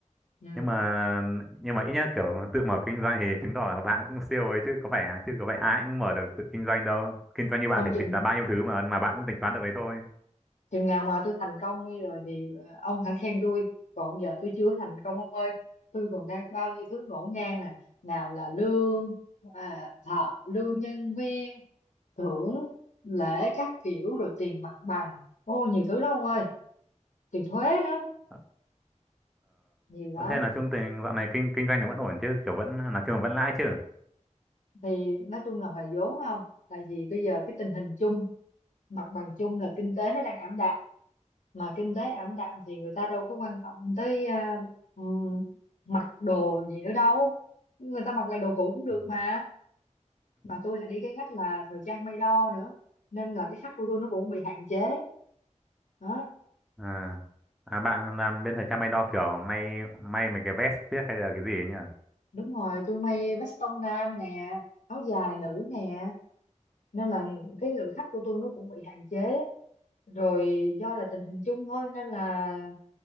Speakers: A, on the left; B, in the centre.
A: Ừ.
B: nhưng mà nhưng mà ít nhất kiểu tự mở kinh doanh thì chứng tỏ là bạn cũng siêu ấy chứ có phải chứ có phải ai cũng mở được tự kinh doanh đâu kinh doanh như bạn
A: Không
B: phải
A: chừng
B: tính toán bao nhiêu thứ mà mà bạn vẫn tính toán được đấy thôi
A: chừng nào mà tôi thành công đi rồi thì ờ, ông hãy khen tôi. Còn giờ tôi chưa thành công ông ơi. Tôi còn đang bao nhiêu thứ ngổn ngang nè. Nào là lương, à, thợ, lương nhân viên, thưởng, lễ các kiểu rồi tiền mặt bằng. Ô nhiều thứ lắm ông ơi. tiền thuế nữa
B: ờ
A: nhiều lắm
B: Ờ, thế là chung tình dạo này kinh kinh doanh nó vẫn ổn chứ kiểu vẫn nói chung là vẫn lãi chứ
A: thì nói chung là hòa vốn không tại vì bây giờ cái tình hình chung mặt bằng chung là kinh tế nó đang ảm đạm mà kinh tế ảm đạm thì người ta đâu có quan tâm tới à, ừm, mặc đồ gì nữa đâu người ta mặc lại đồ cũ cũng được
B: Ừ.
A: mà mà tôi lại đi cái ngách là thời trang may đo nữa nên là cái khách của tôi nó cũng bị hạn chế đó
B: à à bạn làm bên thời trang may đo kiểu may may mấy cái vest viết hay là cái gì ấy nhỉ
A: đúng rồi tôi may veston nam nè áo dài nữ nè nên là cái lượng khách của tôi nó cũng bị hạn chế rồi do là tình hình chung thôi nên là